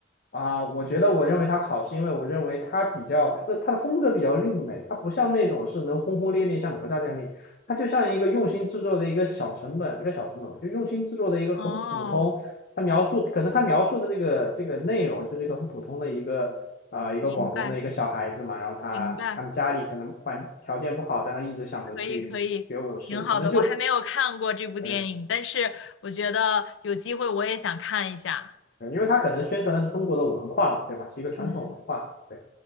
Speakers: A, on the left; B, on the left.
A: 啊、我觉得我认为它好，是因为我认为它比较它的它的风格比较另类，它不像那种是能轰轰烈烈像哪个大战力，它就像一个用心制作的一个小成本，不叫小成本吧，就用心制作的一个很普通。
B: 哦，
A: 它描述可能它描述的这个这个内容就是一个很普通的一个啊，一个广东的一个小孩子嘛，
B: 明白，
A: 然后他他们家里可能环条件不好，
B: 明白，
A: 但他一直想着去学武士，
B: 可以，可以，挺好的。
A: 可能就
B: 我还没有看过这部电影，
A: 对，
B: 但是我觉得有机会我也想看一下。
A: 对因为他可能宣传的是中国的文化嘛，对吧？是一个传统文化，
B: 嗯，
A: 对，